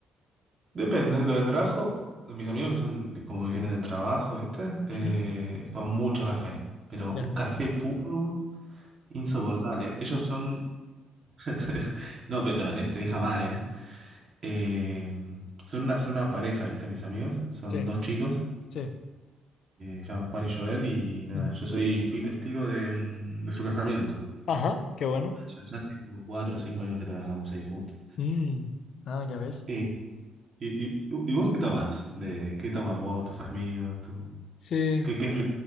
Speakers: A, on the right; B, on the left.
A: Depende, lo del trabajo, mis amigos que son de- como que vienen del trabajo, ¿viste? Eh,
B: Ujú,
A: toman mucho café, pero
B: Ya,
A: un café puro, insoportable. Ellos son <laughs> No, pero este, deja mal, ¿eh? Eh, son una, son una pareja, ¿viste? Mis amigos. Son
B: sí,
A: dos chicos,
B: sí.
A: eh, se llaman Juan y Joel, y nada,
B: Ujú.
A: yo soy, fui testigo de, mm, de su casamiento.
B: Ajá, qué bueno.
A: Ya, ya hace como cuatro o cinco años que trabajamos ahí juntos.
B: Mm, Ah, ya ves.
A: Eh, y, y- y vos qué tomás? De, ¿qué toman vos, tus amigos? tu
B: Sí.
A: ¿Qué, qué es? lo-